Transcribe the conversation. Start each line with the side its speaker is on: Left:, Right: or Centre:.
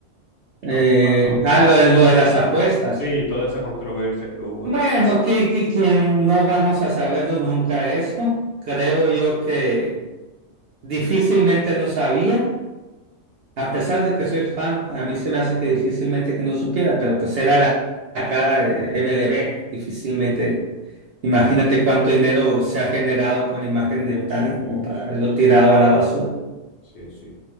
Right: Eh,
Left: lo que pasó.
Right: ah, lo de, lo de las apuestas.
Left: Sí, toda esa controversia que hubo
Right: Bueno,
Left: de la...
Right: que, que quien no vamos a saberlo nunca eso. Creo yo que difícilmente no sabía. A pesar de que soy fan, a mí se me hace que difícilmente que no supiera, pero pues era la, la cara de MLB, difícilmente. Imagínate cuánto dinero se ha generado con la imagen de Otani
Left: Sí,
Right: como para
Left: sí,
Right: haberlo
Left: sí,
Right: tirado a la basura.
Left: sí, sí.